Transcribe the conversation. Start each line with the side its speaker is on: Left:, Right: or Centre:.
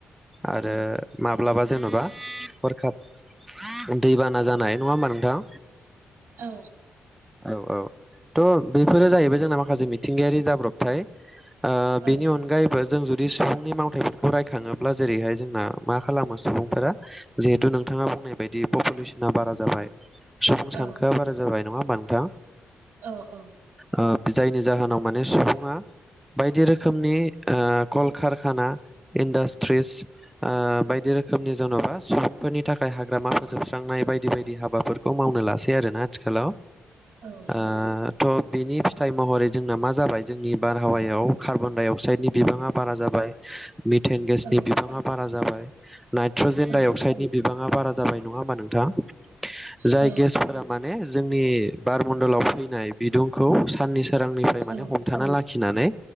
Centre: आरो
Right: उम,
Centre: माब ब्लाबा जेन'बा हरखाब दैबाना जानाय नङा होमबा नोंथां?
Right: औ
Centre: औ औ थ' बेफोरो जाहैबाय जोंना माखासे मिथिंगायारि जाब्रबथाय ओ
Right: औ
Centre: बिनि अनगायैबो जों दि सुबुंनि मावथायाइफोरखौ रायखाङोब्ला जेरैहाय जोंना मा खालामो सुबुंफोरा जिहेथु नोंथाङा बुंनाय बायदि पपुलेसना बारा जाबाय सुबुं सानखोआ
Right: औ
Centre: बारा जाबाय नङा होमबा नोंथां?
Right: औ औ
Centre: ओ जायनि जाहोनाव माने सुबुङा बायदि रोखोमनि ओ कलकारखाना इन्डास ट्रिस ओ बायदि रोखोमनि जेन'बा सुबुं फोरनि थाखाय हाग्रामा फोजोबस्रांनाय बायदि बायदि हाबाफोरखौ मावनो लासै आरो ना आथिखालाव
Right: औ
Centre: ओ
Right: औ
Centre: थ' बेनि फिथाइ महरै जोंना मा जाबाय जोंनि बारहावायाव कार्बन डाइ अक्साइडनि बिबाङा बारा जाबाय मिटेन गेसनि
Right: औ
Centre: बिबाङा बारा जाबाय नाइट्रजेन
Right: औ
Centre: दडाइ अक्साइडनि बिबाङा बारा जाबाय नङा हा नोंथाङा जाय
Right: औ
Centre: गेसफोरा माने जोंनि बारमण्डलाव फैनाय बिदुंखौ साननि सोरांनिफ्राय
Right: औ
Centre: माने हमथाना लाखिनानै